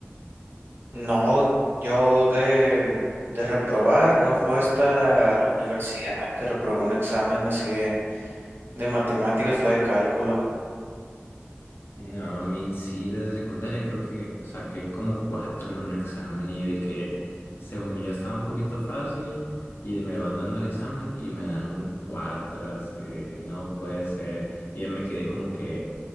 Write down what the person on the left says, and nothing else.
No, a mí sí, desde secundaria creo que saqué como cuatro en un examen y de que según yo estaba un poquito fácil y me van dando el examen y me dan un cuatro, así de que no puede ser. Y ya me quedé como que